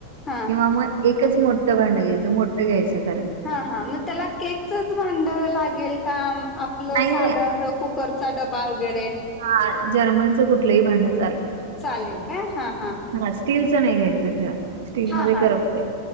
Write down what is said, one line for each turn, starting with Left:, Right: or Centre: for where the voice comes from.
Left: हा
Right: किंवा मग एकच मोठं भांडं घ्यायचं मोठं घ्यायचं खरं
Left: हा हा मग त्याला केकचच भांड लागेल का आपलं
Right: नाही,
Left: साधं
Right: नाही.
Left: असं कुकरचा डबा वगैरे
Right: हा जर्मनचं कुठलंही भांडं चालेल
Left: चालेलल का हा हा
Right: हा स्टीलचं नाही घ्यायचं खर स्टीलमध्ये
Left: हा हा
Right: करपतय